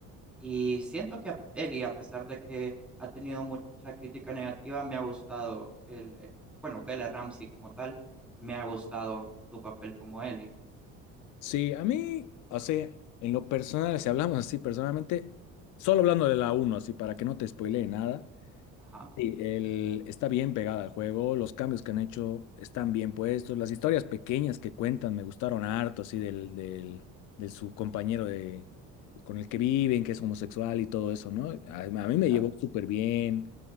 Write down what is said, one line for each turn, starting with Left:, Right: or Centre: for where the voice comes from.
Centre: Y siento que a- Eli, a pesar de que ha tenido mucha crítica negativa, me ha gustado el, el- bueno, Bella Ramsey como tal, me ha gustado tu papel como Eli
Left: Sí, a mí, o sea, en lo personal, si hablamos así personalmente, solo hablando de la uno, así para que no te spoilee nada,
Centre: Ajá,
Left: sí, el, está bien pegada al juego, los cambios que han hecho están bien puestos, las historias pequeñas que cuentan me gustaron harto, así del, del, de su compañero de, con el que viven, que es homosexual y todo eso, ¿no? A, a mí me
Centre: claro.
Left: llevó súper bien,